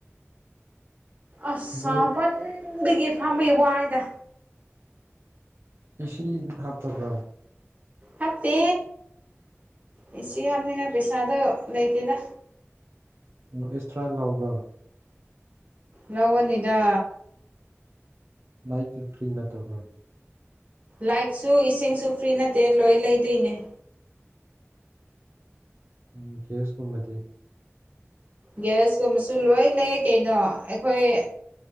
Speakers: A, on the right; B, on the right.
A: ꯑꯁ ꯁꯥꯃꯟꯕꯒꯤ
B: ꯅꯣꯏ
A: ꯐꯥꯝꯕꯩ ꯋꯥꯏꯗ
B: ꯑꯦꯁꯤ ꯍꯥꯞꯇꯕ꯭ꯔ
A: ꯍꯥꯞꯇꯦ ꯑꯦꯁꯤ ꯍꯥꯞꯅꯤꯡꯉꯥꯏ ꯄꯩꯁꯥꯗꯣ ꯂꯩꯇꯦꯗ
B: ꯑꯣ ꯑꯦꯛꯁꯇ꯭ꯔꯥ ꯂꯥꯎꯕ꯭ꯔ‌ꯣ
A: ꯂꯧꯒꯅꯤꯗ
B: ꯅꯥꯏꯠ ꯗ꯭ꯌꯨꯇꯤ ꯅꯠꯇꯕ꯭ꯔ
A: ꯂꯥꯏꯠꯁꯨ ꯏꯁꯤꯡꯁꯨ ꯐ꯭ꯔꯤ ꯅꯠꯇꯦ ꯂꯣꯏ ꯂꯩꯗꯣꯏꯅꯦ
B: ꯎꯝ ꯒ꯭ꯌꯥꯁ ꯀꯨꯝꯕꯗꯤ
A: ꯒ꯭ꯌꯥꯁꯀꯨꯝꯕꯁꯨ ꯂꯣꯏ ꯂꯩꯌꯦ ꯀꯩꯅꯣ ꯑꯩꯈꯣꯏ